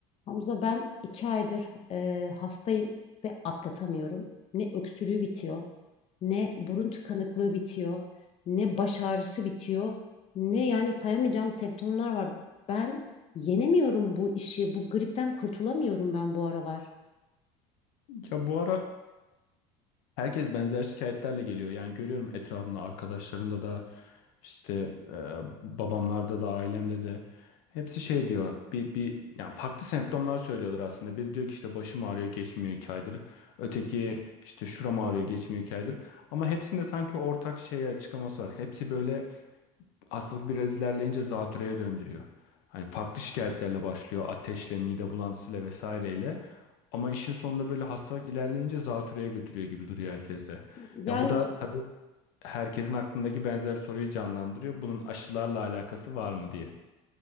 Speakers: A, on the left; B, on the left.
A: Hamza ben iki aydır e, hastayım ve atlatamıyorum. Ne öksürüğü bitiyor, ne burun tıkanıklığı bitiyor, ne baş ağrısı bitiyor, ne yani sayamayacağım semptomlar var. Ben yenemiyorum bu işi, bu gripten kurtulamıyorum ben bu aralar.
B: Ya bu ara herkes benzer şikayetlerle geliyor. Yani görüyorum etrafımda arkadaşlarımda da işte e, babamlarda da ailemde de hepsi şey diyor. Bir bir yani farklı semptomlar söylüyorlar aslında. Biri diyor ki işte başım ağrıyor geçmiyor iki aydır. Öteki işte şuram ağrıyor geçmiyor iki aydır. Ama hepsinde sanki ortak şey açıklaması var. Hepsi böyle Hastalık biraz ilerleyince zatürreye döndürüyor. Hani farklı şikayetlerle başlıyor. Ateşle, mide bulantısıyla vesaireyle. Ama işin sonunda böyle hastalık ilerleyince zatürreye götürüyor gibi duruyor herkeste.
A: Yani
B: Ya bu da
A: ki-
B: tabii herkesin aklındaki benzer soruyu canlandırıyor. Bunun aşılarla alakası var mı diye.